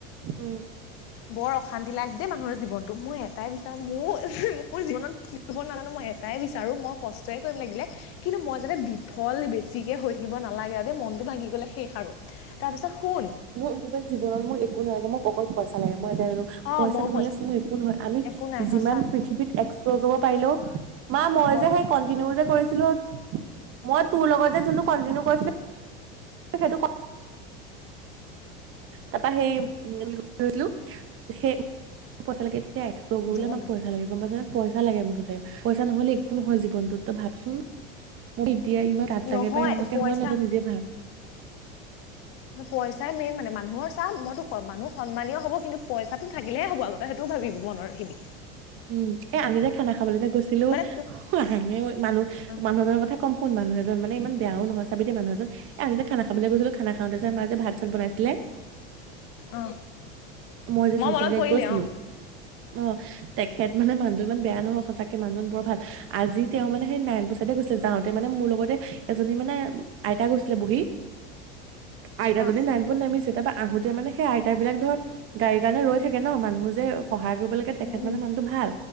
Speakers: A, on the right (about 45°); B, on the left (about 50°).
A: উম
B: বৰ অশান্তি লাগ। মানুহৰ জীৱনটো মই এটাই বিচাৰো মোৰ উম মোৰ জীৱনতিব নাজানো মই এটাই বিচাৰো। আৰু মই কষ্টয়ে কৰিম লাগিলে কিন্তু মই যাতে বিফল বেছিকে হৈ থাকিব নালাগে আৰু মনতটো ভাগি গলে শেষ আৰু তাৰপিছত শুন
A: মোক মো পা জীৱনত মোক একো নালাগে মোক অক অকল পইচা লাগে মই
B: অ
A: পইচা
B: ময়ো
A: নহলে চু একো নহয় আমি
B: একো নাই
A: যিমান
B: সঁচা
A: পৃথিৱীত এক্সপ্ল পাৰো মা মই
B: অ
A: যে সেই কন্ট যে কৰিছিলো মই তোৰ লগত যে যোনটো কন্টিনিউ কৰিছিলো সেইটো তাৰপৰা সেইো সেই ম পইচা লে তেয়া এক্প্লৰ কৰিবলে
B: জীৱনটো
A: আমাক পইচা লাগে গম পাইছা নে পইচা লাগে মুঠতে পইচা নহলে একো নহয় জীৱনটোত তই ভাবচোন মোক এতিয়া ইমান গত লাগে
B: নহয়
A: পাই সঁচা
B: পইচা
A: হয় নহয় তই নিজে ভাব
B: ম পইচাই মেইন মানে মানুহৰ চাহ মইতো কম মানুহ সন্মানীয় হ'ব কিন্তু পইচাটো থাকিলে হব আগত তই সেইটোও ভাবি মনত শিবি
A: উম এ আমি যে খানা খাবলৈ যে গৈছিলো
B: মানে
A: হে হাঁহি হে মানুহ
B: অ
A: মানুহজনৰ কথা কম কোন মানুহ এজন মানে ইমান বেয়াও নহয় চাবিতে মানুহ এজন এ আমি যে খানা খাবলৈ গৈছিলো খানা খাওঁতে যে আমাৰ যে ভাত চাত বনাইছিলে
B: অ
A: মই যে জোনখন
B: মনত
A: গাড়ীত
B: পৰিলে
A: গৈছিলো
B: অ
A: অ তেখেত মানে মান ইমান বেয়া নহও সঁচাকে মানুহজন বৰ ভাল আজি তেওঁ মানে সেই নাৰায়ণপুৰ চাইডে গৈছিলে যাওঁতে মানে মোৰ লগতে এজনী মানে আইতা গৈছিলে বহি আইতাজনি
B: অ
A: নাইন পুত নামিছে তা পা আহোতে মানে সেই আইতা বিলাক ধৰ গাড়ীৰ কাৰণে ৰৈ থাকে ন মানুহ যে সহায় কৰিব সেইটো
B: উম
A: মানে
B: উম
A: মানুহটো ভাল